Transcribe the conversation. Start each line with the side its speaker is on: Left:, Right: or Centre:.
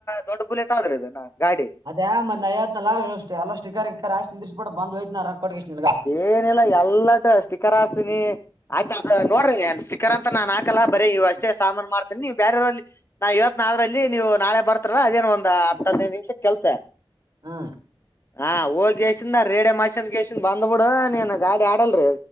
Left: ದೊಡ್ಡ ಬುಲೆಟ್ ಆದ್ರ ಇದ ಗಾಡಿ
Right: ಅದೇ ಮ ನಯತ್ ನಲ್ಲಷ್ಟ ಎಲ್ಲ ಸಿಕರ್ರ್ ಧಿಕ್ಕರ್ ಆಕ ನಿಂದುಸ್ ಬಿಡ್ ಬಂದ್ ಹಯ್ತ ನ ರಾ ಕೊ್ ನಿನ್ಗ
Left: ಏನಿಲ್ಲಾ ಎಲ್ಲಟ ಸ್ಟಿಕರ್ ಹಾಸ್ತೀನಿ ಆಯ್ತ ಅ ನೋಡ್ರಿನ್ ಸ್ಟಿಕರ್ ಅಂತ ನಾನ್ ಹಾಕಲ್ಲ ಬರೀ ಇವ ಅಷ್ಟೇ ಸಾಮಾನ ಮಾಡತನಿ ನೀವು ಬೇರೆವ್ರಲ್ಲಿ ನಾ ಇವತ್ ನ ಆದ್ರ ಅಲ್ಲಿ ನೀವು ನಾಳೆ ಬರ್ತರಲ್ಲಾ ಅದೇನ್ ಒಂದ ಹದ್ೈದು ನಿಮಿಷದ ಕೆಲ್ಸ
Right: ಹ್ಮ
Left: ಹಾ ಹೋಗ್ಸಿಂದ ರೇಡೆ ಮಾಸನ್ ಗಸ ಬಂದ್ಬಿಡ ನೀನ್ ಗಾಡಿ ಆಡಲ್ರಿ